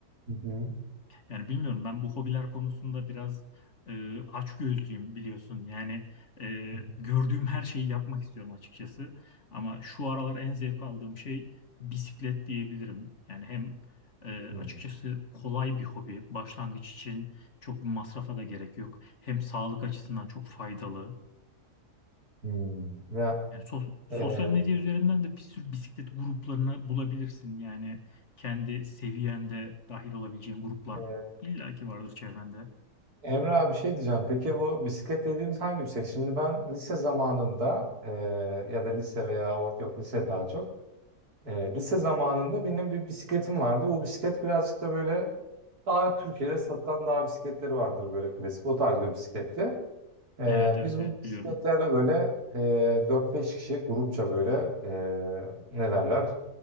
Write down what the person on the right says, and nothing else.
hı.
Hı hı.
Hmm.
Hmm. Ya
e,
e,
Emre abi şey diyeceğim. Peki bu bisiklet dediğimiz hangi bisiklet? Şimdi ben lise zamanında e, ya da lise veya or yok lise daha çok. E, lise zamanında benim bir bisikletim vardı. Bu bisiklet birazcık da böyle Daha Türkiye'de satılan dağ bisikletleri vardır böyle klasik. O tarz bir bisikletti. Ee,
biz
bu
bisikletlerle
böyle e, 4-5 kişi grupça böyle e, ne derler?